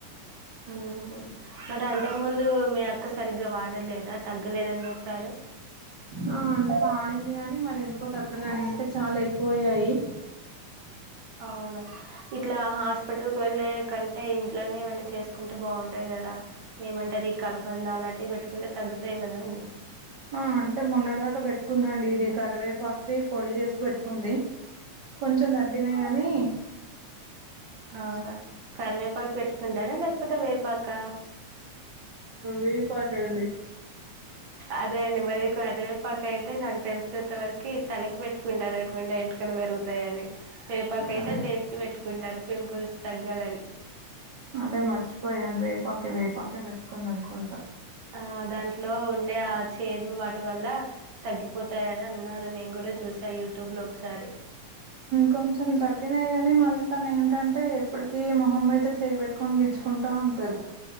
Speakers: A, on the right; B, on the right.
A: హుహు మరి అంత ముందు మీ అక్క సరిగ్గా వాడలేదా తగ్గలేదని చెప్పారు
B: ఆ అంటే వాడింది గాని మరి ఎందుకో తగ్గలే అంటే చాలా ఎక్కువయ్యాయి
A: అవునా ఇట్లా హాస్పిటల్కి వెళ్ళే కంటే ఇంట్లోనే ఏమైనా చేసుకుంటే బాగుంటాయి కదా ఏమంటారు కలమంద అలాంటివి పెట్టుకుంటే తగ్గుతాయి కదా అండి
B: ఆ అంటే మొన్నటిదాకా పెట్టుకుందండి ఇది కరివేపాకు పొడి చేసి పెట్టుకుంది కొంచెం తగ్గినాయి గానీ
A: ఆహా కరివేపాకు పెట్టుకుంటారా లే పోతే వేపాకా
B: వేపాకండి
A: అదే అండి మరి కరివేపాకు అయితే నాకు తెలిసినంత వరకు తలకి పెట్టుకుంటారు అనుకుంటా ఎంటికలు పెరు పెరుగుతాయని వేపాకు అయితే
B: అదే
A: ఫేస్ కి పెట్టుకుంటారు పింపుల్స్ తగ్గాలని
B: అదే మర్చిపోయాను వేపాకే వేపాకే పెట్టుకుంది అనుకుంటా
A: ఆ దాంట్లో ఉండే ఆ చేదు వాటి వల్ల తగ్గి పోతాయని అన్నారు నేను కూడా చూసా యూట్యూబ్లో ఒకసారి
B: కొంచెం తగ్గినాయి గానీ మళ్ళీ తను ఏంటంటే ఎప్పటికీ మొహం మీద చేయిపెట్టి గిచ్చుకుంటా ఉంటది